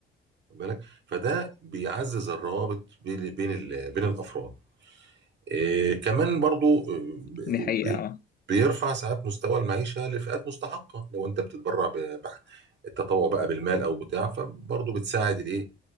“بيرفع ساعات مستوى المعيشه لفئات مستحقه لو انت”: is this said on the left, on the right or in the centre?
Right